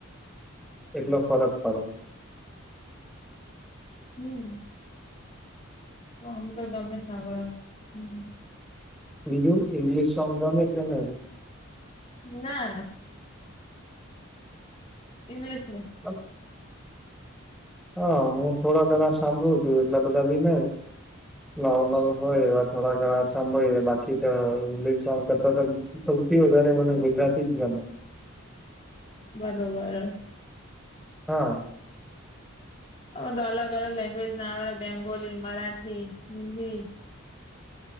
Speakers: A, in the centre; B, on the left.
A: એટલો ફરક પડે.
B: હમ તો અમે તો ગમે સાંભળવા હમ.
A: બીજું ઈગ્લીિશ સોન્ગ ગમે તે નઈ.
B: ના ના. ઇંગ્લિશ ન
A: બસ હા હું થોડા ઘણા સાંભળું છું એટલા બધા ભી નહી. નવું નવું હોય એવા થોડા ઘણા સાંભળીએ બાકી તો ઇંગ્લિશ સોંગ કરતા તો સૌથી વધારે મને ગુજરાતી જ ગમે.
B: બરોબર.
A: હા.
B: હવે તો અલગ અલગ લેંગ્વેજ ના આવે બેંગોલી, મરાઠી, હિન્દી